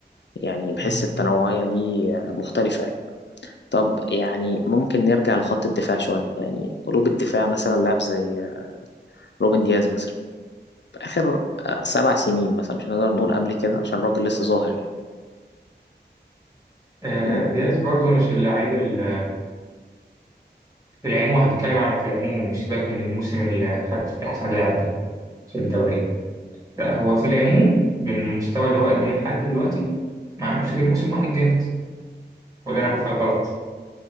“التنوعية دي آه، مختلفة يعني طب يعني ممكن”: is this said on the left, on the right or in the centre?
Left